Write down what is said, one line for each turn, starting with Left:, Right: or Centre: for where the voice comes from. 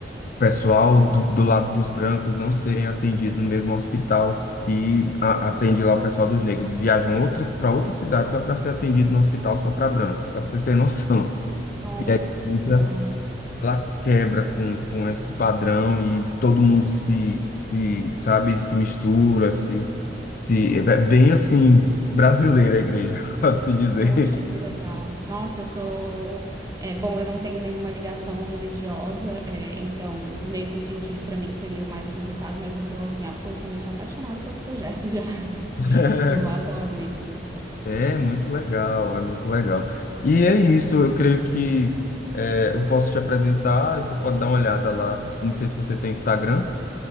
Left: o pessoal do, do lado dos brancos não serem atendidos no mesmo hospital que a- atende lá o pessoal dos negros. Viajam outras para outras cidades só para ser atendido no hospital só para brancos, só para você ter <laughs> noção.
Right: Nossa
Left: Então,
Right: senhora.
Left: ela quebra com, com esse padrão e todo mundo se, se, sabe, se mistura, se, se, é bem assim, brasileira a igreja, <laughs> pode-se dizer.
Right: Poxa, que legal. Nossa, eu tô. É, bom, eu não tenho nenhuma ligação religiosa, é, então nesse sentido para mim seria o mais complicado, mas eu tô assim absolutamente apaixonada pelo projeto já. <laughs>
Left: É
Right: Eu adoro isso.
Left: é muito legal, é muito legal. E é isso, eu creio que é, eu posso te apresentar, você pode dar uma olhada lá. Não sei se você tem Instagram.